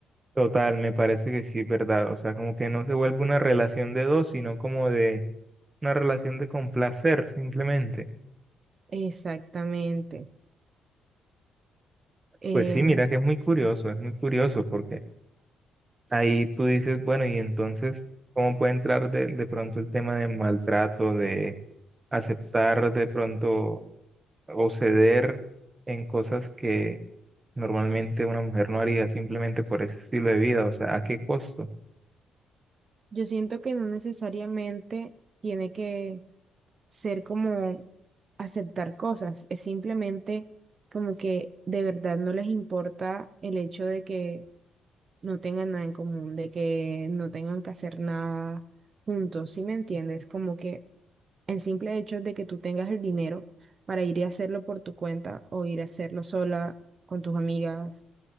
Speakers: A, on the right; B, on the right.
A: total, me parece que sí, ¿verdad? O sea, como que no se vuelve una relación de dos, sino como de una relación de complacer simplemente.
B: Exactamente. Em,
A: Pues sí, mira que es muy curioso, es muy curioso porque... ahí tú dices, bueno, y entonces, ¿cómo puede entrar de, de pronto el tema de maltrato, de aceptar de pronto o ceder en cosas que normalmente una mujer no haría simplemente por ese estilo de vida? O sea, ¿a qué costo?
B: Yo siento que no necesariamente tiene que ser como aceptar cosas, es simplemente como que de verdad no les importa el hecho de que no tengan nada en común, de que no tengan que hacer nada juntos, ¿sí me entiendes? Como que el simple hecho de que tú tengas el dinero para ir y hacerlo por tu cuenta o ir a hacerlo sola con tus amigas,